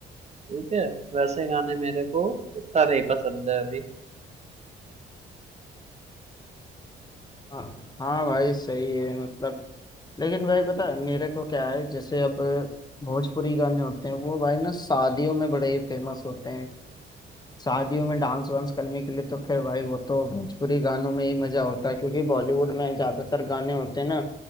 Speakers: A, on the right; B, on the left.
A: ठीक है वैसे गाने मेरे को उतना नहीं पसंद है अभी
B: हाँ हाँ भाई सही है मतलब लेकिन भाई पता है मेरे को क्या है जैसे अब भोजपुरी गाने होते हैं वो भाई ना शादियों में बड़े ही फेमस होते हैं शादियों में डांस वांस करने के लिए तो फिर भाई वो तो भोजपुरी गानों में ही मजा होता है क्योंकि बॉलीवुड में ज्यादातर गाने होते हैं ना